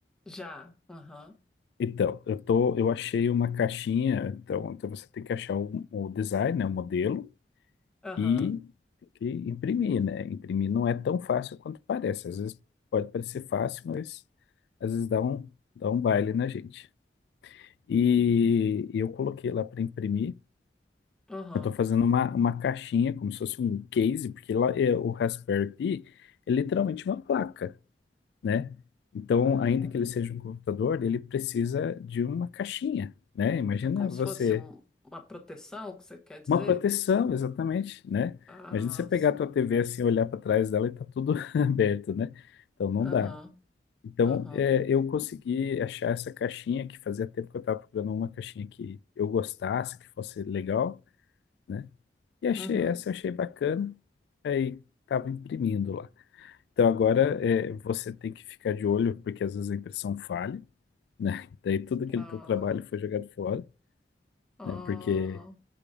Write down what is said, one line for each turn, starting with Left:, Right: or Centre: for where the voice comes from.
Centre: já. Aham,
Left: Então, eu tô, eu achei uma caixinha, então, então você tem que achar o, o design, né, o modelo,
Centre: aham,
Left: e tem que imprimir, né? Imprimir não é tão fácil quanto parece. Às vezes pode parecer fácil, mas às vezes dá um, dá um baile na gente. E
Centre: hum,
Left: eu coloquei lá para imprimir.
Centre: aham.
Left: Eu estou fazendo uma, uma caixinha, como se fosse um case, porque lá é, o Raspberry Pi é literalmente uma placa, né? Então,
Centre: Ah,
Left: ainda que ele seja um computador, ele precisa de uma caixinha, né? Imagina
Centre: É, como
Left: você
Centre: se fosse um- uma proteção, que você quer dizer?
Left: Uma proteção, exatamente, né?
Centre: Ah,
Left: Imagina você pegar
Centre: sim.
Left: a tua TV assim, olhar para trás dela e tá tudo <laughs> aberto, né? Então não
Centre: Aham,
Left: dá. Então
Centre: aham,
Left: é, eu consegui achar essa caixinha que fazia tempo que eu estava procurando uma caixinha que eu gostasse, que fosse legal, né? E achei
Centre: uhum,
Left: essa, achei bacana. Aí tava imprimindo lá. Então agora
Centre: uhum.
Left: é, você tem que ficar de olho, porque às vezes a impressão falha, né? <laughs> Daí tudo aquele
Centre: Ah,
Left: teu trabalho foi jogado fora,
Centre: ah.
Left: né? Porque